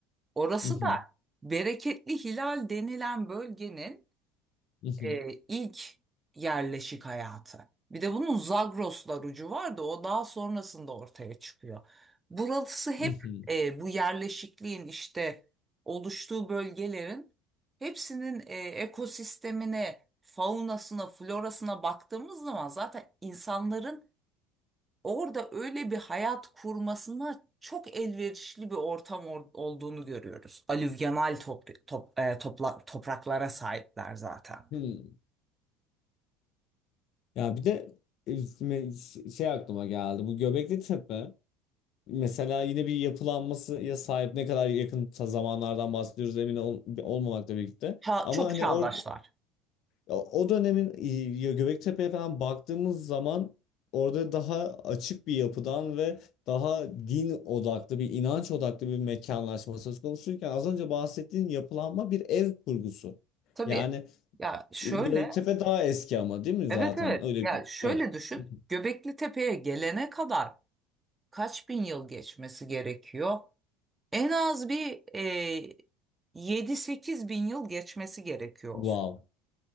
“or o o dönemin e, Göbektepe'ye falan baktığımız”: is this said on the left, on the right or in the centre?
Left